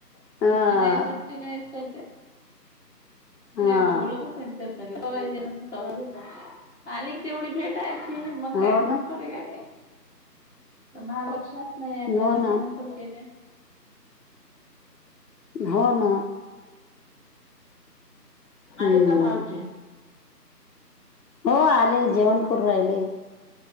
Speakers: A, on the left; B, on the left.
A: हा
B: सुट्टी नाही सुट्टी नाहीच करते
A: हा
B: मी आता बोलतच नाही तिच्या संग कवाय देणं कवाय येतात आली तेवढी मग
A: हो
B: काय फोन
A: ना
B: करू या की माझ्या लक्षात नाही आणि
A: हो
B: आता
A: ना
B: केयच
A: हो ना हम्म
B: माले का भाऊचे
A: हो आले जेवण करून राहिलेय